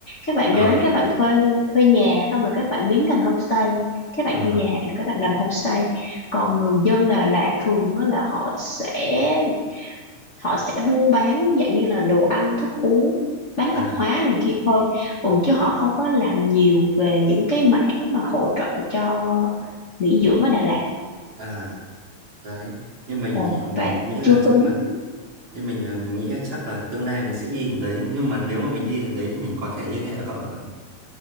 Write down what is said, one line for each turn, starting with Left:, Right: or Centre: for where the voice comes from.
Left: các bạn
Right: Ờ
Left: đến các bạn thuê thuê nhà xong rồi các bạn biến thành homestay các bạn
Right: à,
Left: thuê dài hạn rồi các bạn làm homestay còn người dân Đà Lạt thường á, là họ sẽ họ sẽ buôn bán dạng như là đồ ăn thức uống bán
Right: à,
Left: tạp hóa này kia thôi ừ, chứ họ không có làm nhiều về những cái mảng mà hỗ trợ cho nghỉ dưỡng ở Đà Lạt
Right: à. đấy như mình
Left: ồ
Right: thì mình
Left: và
Right: nghĩ là
Left: chưa
Right: chắc
Left: tính
Right: là như mình là mình nghĩ là chắc là tương lai mình sẽ đi đến đấy nhưng mà nếu mà mình đi đến đấy thì mình có thể liên hệ với cậu được không